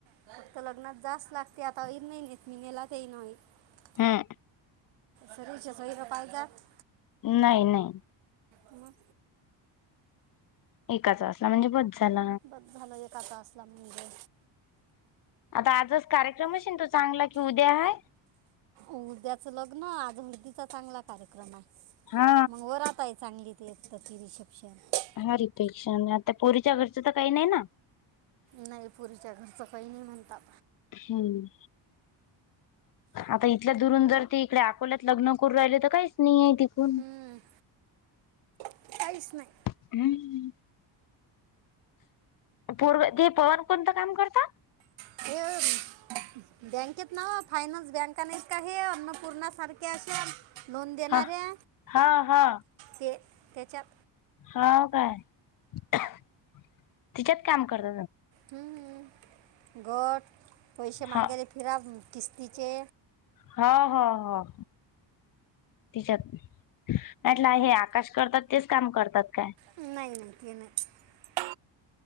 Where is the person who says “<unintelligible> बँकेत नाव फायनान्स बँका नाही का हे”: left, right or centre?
Right